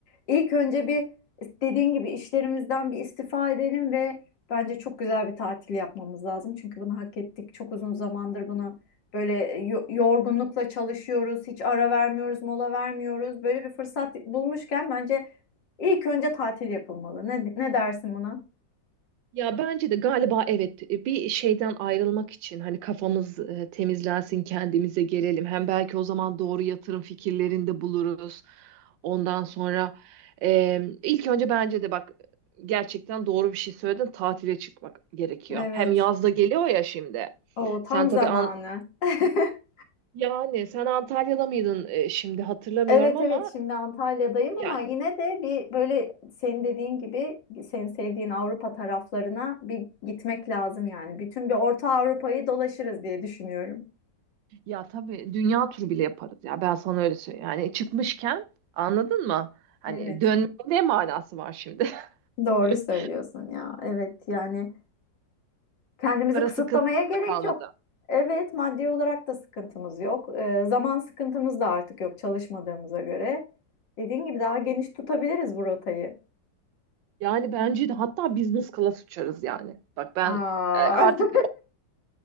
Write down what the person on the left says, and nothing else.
İlk önce bir dediğin gibi işlerimizden bir istifa edelim ve Bence çok güzel bir tatil yapmamız lazım. Çünkü bunu hak ettik. Çok uzun zamandır bunu böyle e, yo- yorgunlukla çalışıyoruz. Hiç ara vermiyoruz, mola vermiyoruz. Böyle bir fırsat bulmuşken bence ilk önce tatil yapılmalı. Ne, ne dersin buna?
Evet.
O tam
zamanı.
<laughs>
Evet
evet şimdi Antalya'dayım
ama yine de bir böyle senin dediğin gibi senin sevdiğin Avrupa taraflarına bir gitmek lazım yani. Bütün bir Orta Avrupa'yı dolaşırız diye düşünüyorum.
Evet.
Doğru
söylüyorsun ya. Evet yani kendimizi
kısıtlamaya
gerek
yok. Evet maddi olarak da sıkıntımız yok. Ee, zaman sıkıntımız da artık yok çalışmadığımıza göre. Dediğin gibi daha geniş tutabiliriz bu rotayı.
Aa.
<laughs>